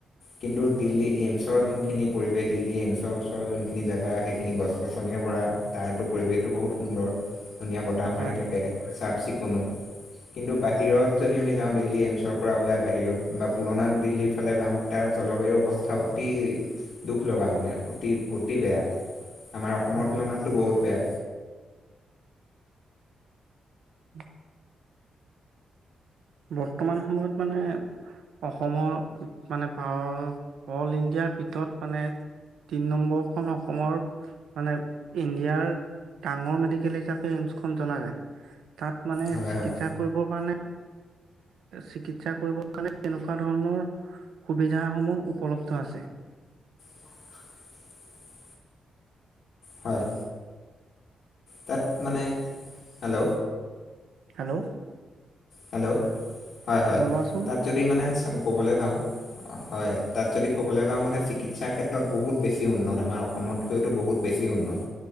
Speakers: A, on the left; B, on the right.
A: কিন্তু দিল্লী এইমছৰ যোনখিনি পৰিৱেশ দিল্লী এইমছৰ ওচৰ যোনখিনি জাগা সেইখিনি গছ গছনিয় ভৰা। তাৰতো পৰিৱেশতটো বহুত সুন্দৰ ধুনীয়া বতাহ মাৰি
B: হয়
A: থাকে চাফ চিকুণো। কিন্তু বাহিৰত যদি আমি যাওঁ দিল্লী এইমছৰ পৰা ওলাই বাহিৰত বা পুৰণা দিল্লীৰ ফালে যাওঁ তাৰ। জলবায়ুৰ অৱস্থা অতি দুখ লগা মানে অতি অতি বেয়া। আমাৰ অসমৰ
B: হয়
A: তুলনাতটো বহুত বেয়া।
B: উম। বৰ্তমান সময়ত মানে। অসমৰ মানে ভ অল ইণ্ডিয়াৰ ভিতৰত মানে। তিনি নম্বৰখন অসমৰ মানে ইণ্ডিয়াৰ। ডাঙৰ মেডিকেল হিচাপে এইমছ খ জনা যায় তাত মানে
A: হয়
B: চিকিৎসা
A: হয়
B: কৰিবৰ কাৰণে। চিকিৎসা কৰিব কাৰণে তেনেকুৱা ধৰণৰ। সুবিধাসমূহ উপলব্ধ আছে।
A: অ। হয় তাত মানে হেল্ল'।
B: হেল্ল'।
A: হেল্ল' হয়, হয়,
B: জনোৱাচোন
A: তাত যদি মানে ক'বলৈ যাওঁ। হয়, তাত যদি ক'বলৈ যাওঁ মানে চিকিৎসা ক্ষেত্ৰত বহুত বেছি উন্নত আমাৰ অসমতকৈতো বহুত বেছি উন্নত।